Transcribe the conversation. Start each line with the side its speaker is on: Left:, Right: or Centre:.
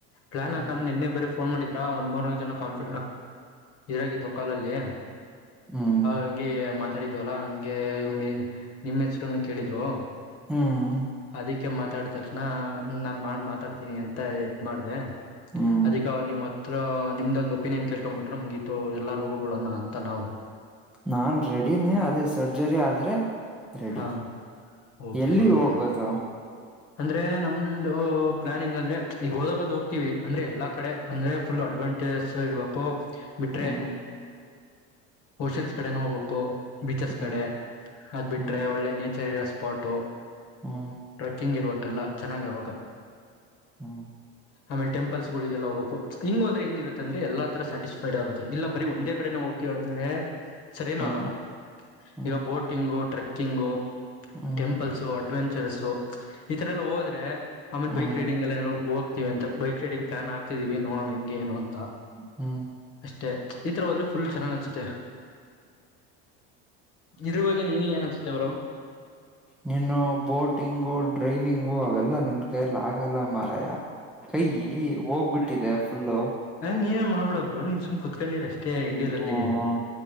Left: ಪ್ಲಾನ್ ಹಾಕಣ
Centre: ಹ್ಮ್
Left: ನಿನ್ನೆ ಬೇರೆ ಫೋನ್ ಮಾಡಿದ್ರಾ ಒಂದ್ ಮೂರ್ನಾಾಲ್ಕು ಜನ ಕಂಫ ಇದ್ರಾಗಿದ್ವು ಕಾಲಲ್ಲಿ
Centre: ಹ್ಮ್
Left: ಹಂಗೆ ಮಾತಾಡಿದ್ವಲ್ಲಾ ಹಂಗೆ ನಿಮ್ಮ್ ಹೆಸರುನ್ನು ಕೇಳಿದ್ರು
Centre: ಹ್ಮ್
Left: ಅದಕ್ಕೆ ಮಾತಾಡ ತಕ್ಷಣ ನಾನ್ ಮಾಡ್ ಮಾತಾಡ್ತೀನಿ ಅಂತ ಇದ್ ಮಾಡ್ದ
Centre: ಹ್ಮ್
Left: ಅದ ನಿಮ್ಮ ಹತ್ರ ನಿಮ್ದೊಂದು ಒಪಿನಿಯನ್ ಕೇಳ್ಕೊಂಡ್ಂಬಿಟ್ರೆ ಮುಗೀತು ಎಲ್ಲಾರು ಹೋಗ್ಡೋಣ ಅಂತ ನಾವು
Centre: ನಾನು ರೆಡಿನೇ ಅದೇ ಸರ್ಜರಿ ಆದರೆ ರೆಡಿ
Left: ಹಾ ಓಕೆ
Centre: ಎಲ್ಲಿ
Left: ಬ್ರೋ ಹಂಗಾದ್ರೆ
Centre: ಹೋಗದ
Left: ಅಂದ್ರೆ ನಮ್ದ ಪ್ಲಾನಿಂಗ್ ಅಂದ್ರೆ ಈಗ ಹೋದಕದ ಹೋಗ್ತಿೀವಿ ಅಂದ್ರೆ ಎಲ್ಲಾ ಕಡೆ ಅಂದ್ರೆ ಫುಲ್ ಅಡ್ವಾಂಟೇಜ ಇರ್ಬೇಕು ಬಿಟ್ರೆ
Centre: ಹ್ಮ್
Left: ಓಷನ್ಸ್ ಕಡೆನ ಹೋಗ್ಬೇಕು ಬೀಚಸ್
Centre: ಹ್ಮ್
Left: ಕಡೆ ಅದ್ ಬಿಟ್ರೆ
Centre: ಹ್ಮ್
Left: ಒಳ್ಳೆ ನೇಚರ್ ಇರ ಪಟು
Centre: ಹಾ
Left: ಕಿಂಗ್ ಇರಬೇಕಲ್ಲ ಚೆನ್ನಾಗಿ ಆಬಕು
Centre: ಹ್ಮ
Left: ಆಮೇಲ್ ಟೆಂಪಲ್ಸ್ಗಳಿಗೆಲ್ಲ ಹೋಗಬೇಕು ಹಿಂಗ ಹೋದ್ರೆಂಗರುತ್ತ ಅಂದ್ರೆ ಎಲ್ಲ ತರ ಸ್ಯಾಟಿಸ್ಫೈಡ್ ಆಗುತ್ತ ಇಲ್ಲ ಬರೀ ಒಂದೇ ಕಡೆನೆ ಹೋ <unintelligible> ಸರಿನೂ
Centre: ಹ್ಮ್
Left: ಆಗಲ್ಲ
Centre: ಹ್ಮ್
Left: ಈಗ ಬೋಟಿಂಗು ಟ್ರೆಕ್ಕಿಂಗು
Centre: ಹ್ಮ್
Left: ಟೆಂಪಲ್ಸು ಅಡ್ ಅಡ್ವೆಂಚರ್ಸ್ಈ ತರ ಎಲ್ಲ ಹೋದ್ರೆ ಆಮೇಲೆ
Centre: ಹ್ಮ್
Left: ಬೈಕ್ ರೈಡಿಂಗ್ ಎಲ್ಲ ಹೋಗ್ತೀವಿ ಅಂತ ಬೈಕ್ ರೈಡಿಂಗ್ ಪ್ಲಾನ್ ಆಕ್ತಿದೀವಿ ನೋಣ ಹೆಂಗೆ ಏನು ಅಂತ
Centre: ಹ್ಮ್
Left: ಅಷ್ಟೇ ಈ ತರ ಹೋದ್ರೆ ಫುಲ್ ಚನ್ನಾಗಿ ಅನ್ಸುತ್ತೆ ಇದ್ರ ಬಗ್ಗೆ ನೀನ ಏನಸುತ್ತೆ ಅವರು
Centre: ನೀನು ಬೋಟಿಂಗು ಡ್ರೈವಿಂಗು ಅವೆಲ್ಲಾ ನನ್ನ ಕೈಯಲ್ಲಿ ಆಗಲ್ಲ ಮರಯ ಕೈಯೀ ಹೋಗ್ಬಿಟ್ಟಿದೆ ಫುಲ್ಲು.
Left: ಹ ನೀ ಮಾಡಬಡ ಬ್ರೊ ನೀನ್ಸುಮ್ ಕು ಕುತ್ಕಂಡಿರಷ್ಟೇ ಹೆಂಗಿರಲ್ಲಿ
Centre: ಹ್ಮ